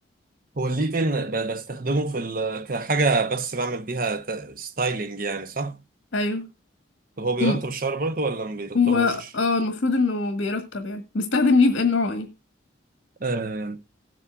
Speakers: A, on the right; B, on the left.
A: هو الليف ان ب- بستخدمه في ال... كحاجه بس بعمل بيها ت- ستايلينج يعني صح
B: ايوه
A: طب هو بيرطب
B: وم-
A: الشعر برضه ولا ما بيرطبوش
B: هو اه المفروض انه بيرطب يعني بستخدم ليف ان نوعه ايه
A: آه